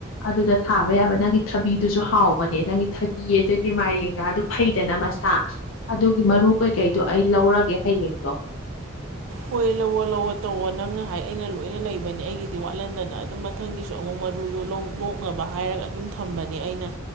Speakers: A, on the left; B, on the right.
A: ꯑꯗꯨꯗ ꯊꯥꯕ ꯌꯥꯕ ꯅꯪꯒꯤ ꯊꯕꯤꯗꯨꯁꯨ ꯍꯥꯎꯕꯅꯦ ꯅꯪꯒꯤ ꯊꯕꯤ ꯑꯗꯒꯤ ꯃꯥꯏꯔ‌ꯦꯟꯒꯗꯨ ꯐꯩꯗꯅ ꯃꯁꯥ ꯑꯗꯨꯒꯤ ꯃꯔꯨ ꯀꯩꯀꯩꯗꯣ ꯑꯩ ꯂꯧꯔꯒꯦ ꯍꯌꯦꯡꯗꯣ
B: ꯍꯣꯏ ꯂꯧꯑꯣ ꯂꯧꯋꯣ ꯇꯧꯋꯣ ꯅꯪꯅ ꯍꯥꯏ ꯑꯩꯅ ꯂꯣꯏꯅ ꯂꯩꯕꯅꯦ ꯑꯩꯒꯤꯗꯤ ꯋꯥꯠꯍꯟꯗꯅ ꯑꯗꯨꯝ ꯃꯊꯪꯒꯤꯁꯨ ꯑꯃꯨꯛ ꯃꯔꯨꯗꯣ ꯂꯧ ꯂꯣꯛꯅꯕ ꯍꯥꯏꯔꯒ ꯑꯗꯨꯝ ꯊꯝꯕꯅꯦ ꯑꯩꯅ